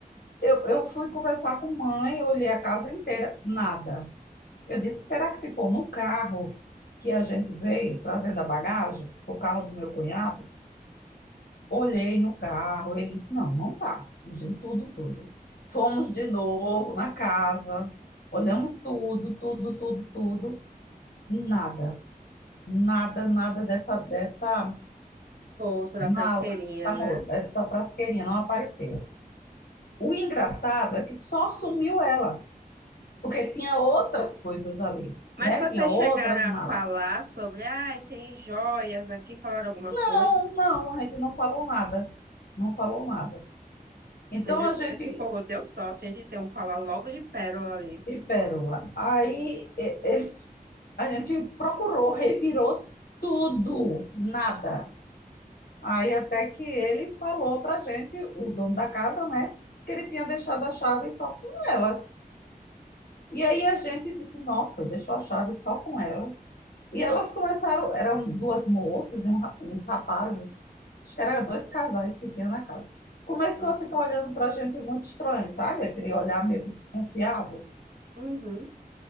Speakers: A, on the left; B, on the right.
A: eu, eu fui conversar com mãe, olhei a casa inteira, nada. Eu disse, será que ficou no carro que a gente veio trazendo a bagagem? Foi o carro do meu cunhado? Olhei no carro, ele disse: não, não tá. Pedindo tudo, tudo. Fomos de novo na casa, olhamos tudo, tudo, tudo, tudo. Nada, nada, nada dessa, dessa
B: Bolsa da
A: mala,
B: frasqueirinha,
A: dessa
B: né?
A: moça, dessa frasqueirinha, não apareceu. O engraçado é que só sumiu ela, porque tinha outras coisas ali,
B: Mas
A: né?
B: vocês
A: Tinha outras
B: chegaram
A: malas.
B: a falar sobre, ah, tem joias aqui, falaram alguma
A: Não,
B: coisa.
A: não, a gente não falou nada, não falou nada. Então
B: Mas esse,
A: a gente
B: esse povo deu sorte, a gente tem um colar logo de pérola ali.
A: e Pérola. Aí e- ele, a gente procurou, revirou tudo, nada. Aí até que ele falou pra gente, o dono da casa, né, que ele tinha deixado a chave só com elas. E aí a gente disse, nossa, deixou a chave só com elas. E elas começaram, eram duas moças e um ra- uns rapazes, acho que eram dois casais que tinha na casa. Começou
B: Nossa.
A: a ficar olhando pra gente muito estranho, sabe? Aquele olhar meio que desconfiado.
B: Uhum.